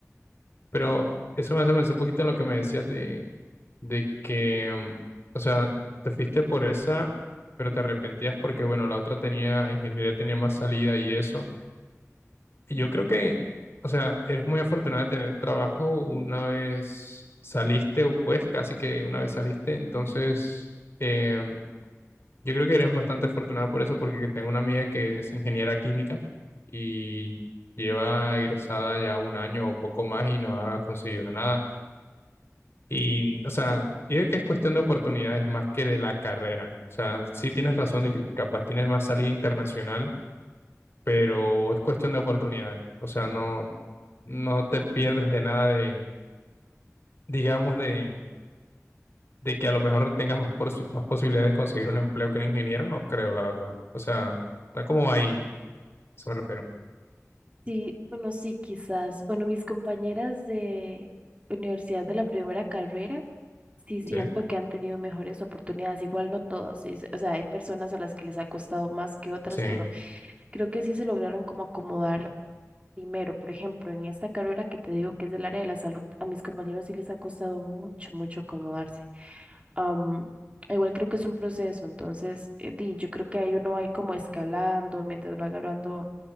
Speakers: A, on the left; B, on the right.
A: Pero eso me hace pensar un poquito en lo que me decías de, de que, mm, o sea, te fuiste por esa, pero te arrepentías porque, bueno, la otra tenía, ingeniería tenía más salida y eso. Y yo creo que, o sea, eres muy afortunada de tener trabajo una vez saliste, o pues casi que una vez saliste, entonces... em, Yo creo que eres bastante afortunado por eso, porque tengo una amiga que es ingeniera química y lleva egresada ya un año o poco más y no ha conseguido nada. Y, o sea, yo creo que es cuestión de oportunidades más que de la carrera. O sea, sí tienes razón de que capaz tienes más salida internacional, pero es cuestión de oportunidades. O sea, no, no te pierdes de nada de, digamos, de, de que a lo mejor tengas más, posi- más posibilidades de conseguir un empleo que un ingeniero, no creo, la verdad. O sea, está como ahí. Eso me refiero.
B: Sí, bueno, sí, quizás. Bueno, mis compañeras de universidad de la primera carrera, sí siento
A: Sí,
B: que han tenido mejores oportunidades. Igual no todas, sí, O sea, hay personas a las que les ha costado más que otras,
A: sí,
B: pero creo que sí se lograron como acomodar primero. Por ejemplo, en esta carrera que te digo que es del área de la salud, a mis compañeros sí les ha costado mucho, mucho acomodarse. Am, igual creo que es un proceso, entonces, eh, di, yo creo que ahí uno va a ir como escalando mientras va agarrando